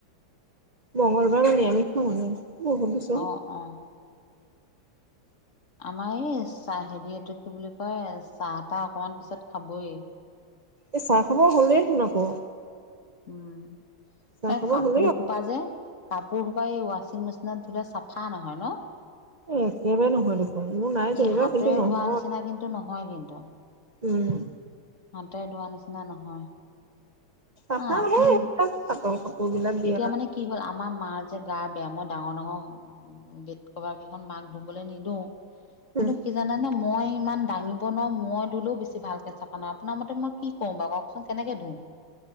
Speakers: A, on the right; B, on the left.
A: মংগলবাৰ মানে আমি খোৱা। <inaudible>
B: অঁহ', -অঁহ', -। আমাৰ এই চাহ হেৰি এইটো কি বুলি কয় চাহ-তাহ অকণমান পিছত খাবই।
A: এ' চাহ খাব হ'লেই তোন আকৌ?
B: উম।
A: চাহ
B: এ'
A: খাব
B: কাপোৰ-
A: হ'লেই
B: হোপা যে কাপোৰ সোপা এই ৱাশ্বিং মেচিনত ধুলে চাফা নহয় ন।
A: এ' একেবাৰে নহ'লে দে। মোৰ নাই। যেনিবা
B: এই হাতে
A: কিন্তু নহয়
B: ধোৱা নিচিনা কিন্তু নহয় কিন্ত।
A: উম
B: হাতে ধোৱা নিচিনা নহয়।
A: আমাৰ
B: আহ আপুনি
A: সেই এইবিলাক চাপৰ কাপোৰ বিলাক দিয়া
B: এতিয়া
A: হয়।
B: মানে কি হ'ল আমাৰ মাঁৰ যে গা বেয়া। মই ডাঙৰ-ডাঙৰ- বেদ কভাৰ কেইখন মাক ধুবলৈ নিদিওঁ কিন্তু।
A: উম
B: কি জানানে মই ইমান দাঙিব নোৱাৰোঁ মই দিলেও বেছি ভালকৈ চাফা নাহয়। আপোনাৰ মতে মই- কি ক'ম বাও কওকচোন কেনেকে ধুও?